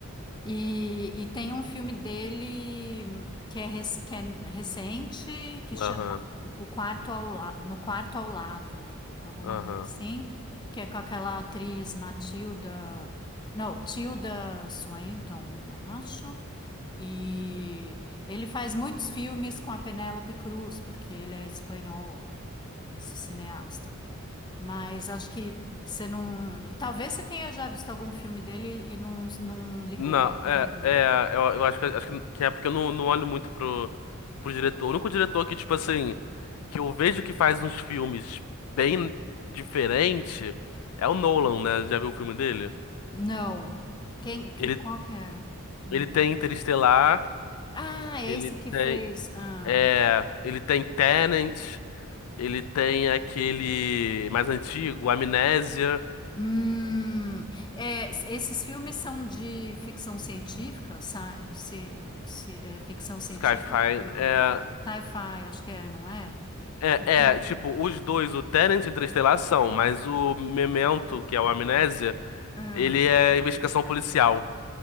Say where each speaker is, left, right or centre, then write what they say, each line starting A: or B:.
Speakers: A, on the left; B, on the left.
A: E, e tem um filme dele hum, que é, rec- que é recente, que chama
B: Aham.
A: o quarto ao la... No quarto ao lado, alguma
B: Aham.
A: coisa assim, que é com aquela atriz Matilda. Não, Tilda Swinton, acho. E ele faz muitos filmes com a Penélope Cruz, porque ele é espanhol, esse cineasta. Mas acho que você não. Talvez você tenha já visto algum filme dele e não, não ligou
B: Não,
A: que
B: é,
A: era dele.
B: é, eu, eu acho que, acho que que é porque eu não, não olho muito pro, pro diretor. O único diretor que, tipo assim, que eu vejo que faz uns filmes bem diferente é o Nolan, né? Já viu o filme dele?
A: Não. Quem, que-
B: Ele,
A: qual que é? Hum.
B: ele tem Interestelar,
A: Ah, esse
B: Ele
A: que
B: tem,
A: fez. Ah,
B: é, ele tem Tenant, ele tem aquele mais antigo, Amnésia,
A: Hum, é, s- esses filmes são de ficção científica, sci- ci- ci- é, ficção científica,
B: Skyfire. É,
A: sci-fi, acho que é, não é?
B: é,
A: Porque-
B: é, tipo, os dois, o Tenant e Interestelar são, mas o Memento, que é o Amnésia,
A: ah,
B: ele é investigação policial,